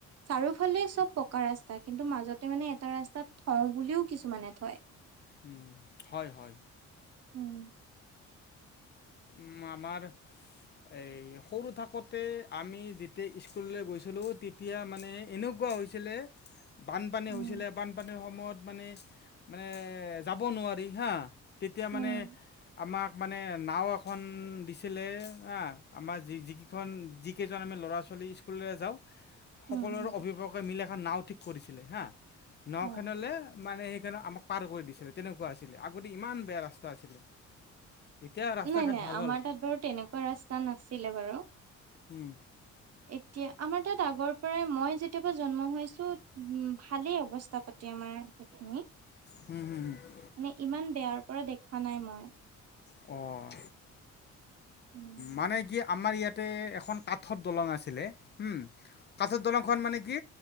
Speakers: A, on the right; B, on the left.
A: চাৰিওফালে চব পকা ৰাস্তা কিন্তু মাজতে মানে এটা ৰাস্তাত থওঁ বুলিও কিছুমানে থয়।
B: উম হয় হয়।
A: উম।
B: উ মামাৰ এই সৰু থাকোঁতে আমি যেতিয়া স্কুললৈ গৈছিলোঁ তেতিয়া মানে এনেকুৱা হৈছিলে বানপানী
A: উম
B: হৈছিলে বানপানীৰ সময়ত মানে মানে যাব নোৱাৰি হা তেতিয়া
A: উম
B: মানে আমাক মানে নাও এখন দি চলে আ আমাৰ যি যিকেইখন-যিকেইজন আমি ল'ৰা ছোৱালী স্কুললৈ যাওঁ।
A: হুম
B: সকলোৰে অভিভাৱকে মিলা এখন নাও ঠিক কৰিছিলে হা নাওখনলে
A: অ
B: মানে সেইকাৰণ আমাক পাৰ কৰি দিছিলে তেনেকুৱা আছিলে আগতে ইমান বেয়া ৰাস্তা আছিলে এতিয়া ৰাস্তা
A: নাই
B: ঘাট
A: নাই
B: ভাল
A: আমাৰ
B: হ'ল
A: তাত বাৰু তেনেকুৱা ৰাস্তা নাছিলে বাৰু।
B: উম।
A: এতিয়া আমাৰ তাত আগৰ পৰাই মই যে যেতিয়াপৰা জন্ম হৈছো উম ভালেই অৱস্থা পাতি আমাৰ সেইখিনি
B: হম হুম হু
A: মানে ইমান বেয়াৰ পৰা দেখা নাই মই
B: অ',
A: উম
B: মানে কি আমাৰ ইয়াতে এখন কাঠত দলং আছিলে হম কাঠৰ দলংখন মানে কি